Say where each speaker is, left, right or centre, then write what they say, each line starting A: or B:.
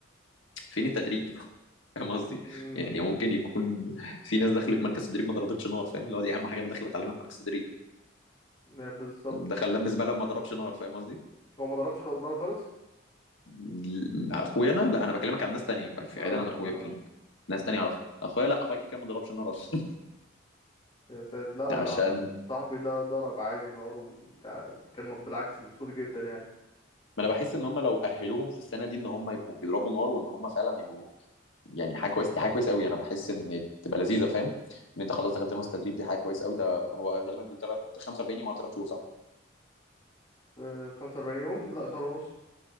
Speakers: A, on the left; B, on the left.
A: فين التدريب <laughs> فاهم قصدي
B: مم.
A: يعني ممكن يكون في ناس دخلت مركز تدريب ما ضربتش نار فاهم اللي هو دي اهم حاجه انا داخل اتعلمها في مركز تدريب
B: يا بالظبط
A: ودخل لم زباله وما ضربش نار فاهم قصدي
B: هو ما ضربش خ- نار خالص
A: ال- اخويا انا لا انا بكلمك على ناس تانية في
B: اه
A: عيد انا اخويا
B: آه.
A: بكلمك ناس تانية اعرفها اخويا لا اخويا كده كده ما ضربش نار اصلا
B: يا ساتر لا
A: <laughs> عشان
B: لا أنا صاحبي ده ضرب عادي نار وبتاع كان بالعكس مبسوط جدا يعني
A: ما انا بحس ان هم لو اهلوهم في السنه دي ان هم يبقوا بيضربوا نار وان هم فعلا يبقوا يعني حاجه كويسه دي حاجه كويسه قوي انا بحس ان تبقى لذيذه فاهم ان انت خلاص دخلت المستر تدريب دي حاجه كويسه قوي ده هو غالبا بيبقى تلات- 45 يوم او 3 شهور صح؟
B: آه، 45 يوم لا شهر ونص